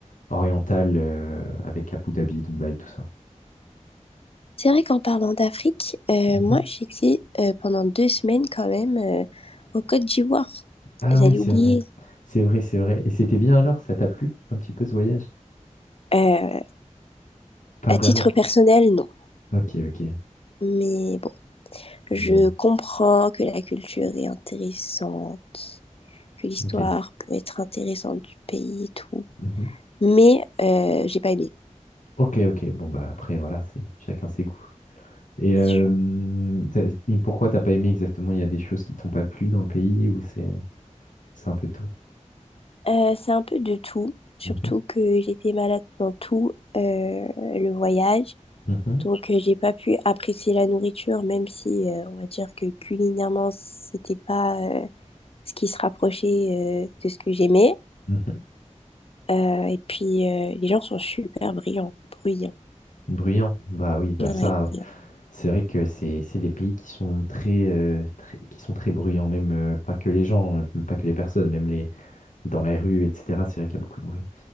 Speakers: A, on the left (about 85°); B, on the left (about 50°).
A: orientale euh, avec Abu Dhabi, Dubaï, tout ça.
B: C'est vrai qu'en parlant d'Afrique, euh,
A: Mhm.
B: moi j'étais euh, pendant deux semaines quand même euh, en Côte d'Ivoire.
A: Ah
B: J'allais
A: oui, c'est
B: oublier.
A: vrai. C'est vrai, c'est vrai. Et c'était bien alors? Ça t'a plu un petit peu ce voyage?
B: Euh,
A: Pas
B: à
A: vraiment.
B: titre personnel, non.
A: Ok, ok.
B: Mais bon, je
A: Ouais,
B: comprends que la culture est intéressante que l'histoire
A: Ok.
B: peut être intéressante du pays et tout.
A: Mhm.
B: Mais euh, j'ai pas aimé,
A: Ok, ok. Bon, bah après, voilà, c'est chacun ses goûts. Et, euh,
B: c'est sûr.
A: t'as- et pourquoi t'as pas aimé exactement? Il y a des choses qui t'ont pas plu dans le pays ou c'est c'est un peu tout?
B: Euh, c'est un peu de tout, surtout
A: Mhm.
B: que j'étais malade pendant tout euh, le voyage.
A: Mhm.
B: Donc euh, j'ai pas pu apprécier la nourriture, même si euh, on va dire que culinairement c'était pas euh, ce qui se rapprochait euh, de ce que j'aimais.
A: Mhm.
B: Euh, et puis euh, les gens sont super brillants, bruyants.
A: Bruyant. Bah oui, bah
B: Ouais,
A: ça.
B: bruyants.
A: C'est vrai que c'est c'est des pays qui sont très, heu, très qui sont très bruyants, même, heu, pas que les gens, même pas que les personnes, même les dans la rue et cetera, c'est vrai qu'il y a beaucoup de bruit.